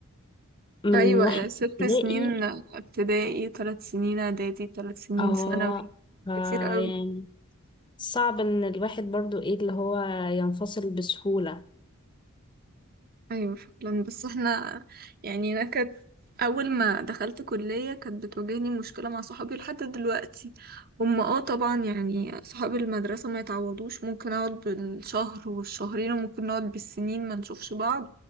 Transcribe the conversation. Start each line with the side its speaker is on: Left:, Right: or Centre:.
Left: من
Right: أيوة
Left: واحد في
Right: ست
Left: ابتدائي
Right: سنين ابتدائي ثلاث سنين إعدادي ثلاث سنين
Left: آه
Right: ثانوي
Left: فا
Right: كتير قوي
Left: يعني صعب إن الواحد برضو إيه اللي هو ينفصل بسهولة
Right: أيوة فعلا بس احنا يعني أنا كانت أول ما دخلت كلية كانت بتواجهني مشكلة مع صحابي لحد دلوقتي هم اه طبعا يعني صحاب المدرسة ما يتعوضوش ممكن أقعد بالشهر والشهرين وممكن نقعد بالسنين ما نشوفش بعض